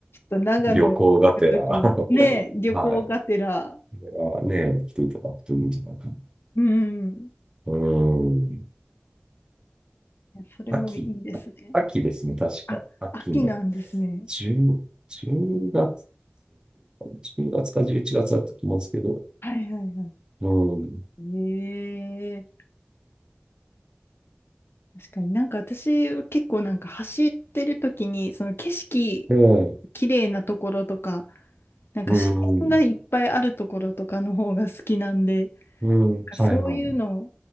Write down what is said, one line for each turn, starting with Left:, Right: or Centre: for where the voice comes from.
Left: と長野行くときは、
Right: 旅行がてら <laughs>
Left: ねえ、旅行がてら、
Right: はい。これはね、来ていただくといいんじゃないかな。
Left: うん、
Right: うーん。
Left: いやそれもいいですね。
Right: 秋。秋ですね、確か。
Left: あ、
Right: 秋の
Left: 秋なんですね。
Right: 10、月ぐらい、10月か11月だったと思うんですけど、
Left: はいはいはい。
Right: うん。
Left: ええ確かになんか私結構なんか走ってるときに、その景色
Right: ええ、
Left: 綺麗なところとか、なんか自然がいっぱいあるところとかの方が好きなんで、
Right: うん、うん、
Left: なんかそういうのを
Right: はいはい。